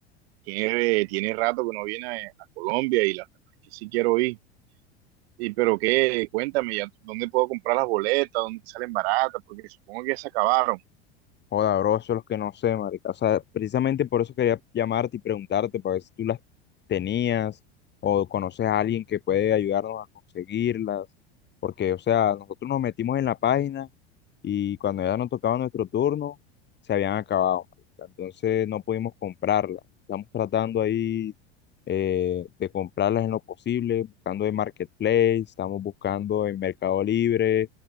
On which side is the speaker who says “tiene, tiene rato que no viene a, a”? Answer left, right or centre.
Right